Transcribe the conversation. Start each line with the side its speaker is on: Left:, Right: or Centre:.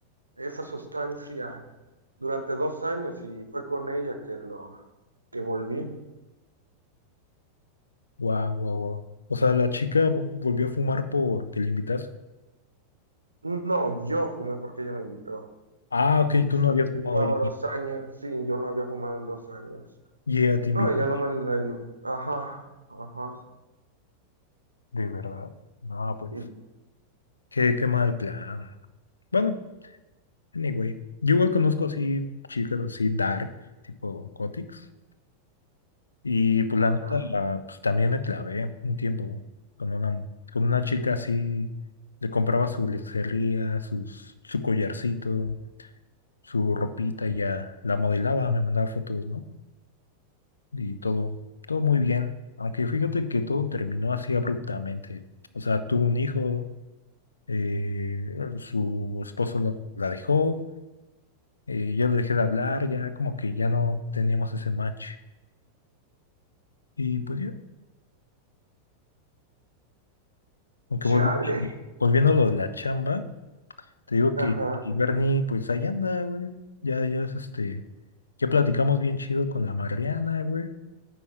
Right: esa sustancia durante dos años y fue con ella que lo que volví.
Left: Guau, guau, guau. O sea, la chica vo- volvió a fumar porque le invitas.
Right: No, yo fumé porque ella me invitó.
Left: Ah, ok,
Right: Y
Left: tú
Right: sí,
Left: no habías
Right: ya
Left: fumado
Right: llevaba
Left: y
Right: dos años. Sí, yo no había fumado en dos años.
Left: y ella te invitó.
Right: No, ella no me... la- Ajá, ajá.
Left: ¿De verdad? No, pues.
Right: Y...
Left: Qué, qué mal plan. Bueno, anyway, yo igual conozco así chicas así dark, tipo Cotix. Y pues
Right: Ajá.
Left: la neta, pues también me clavé un tiempo con una, con una chica así, le compraba su lencería, sus, su collarcito, su ropita y ya la modelaba, me mandaba fotos, ¿no? Y todo, todo muy bien. Aunque fíjate que todo terminó así abruptamente. O sea, tuvo un hijo, eh, su esposo la la dejó Eh, ya le dejé de hablar, ya como que ya no teníamos ese match. Y pues ya, aunque
Right: Chale.
Left: volví, volviendo a lo de la chamba, te digo
Right: Ajá.
Left: que, que Bernie, pues ahí anda, güey. Ya, ya es este, ya platicamos bien chido con la Mariana, güey.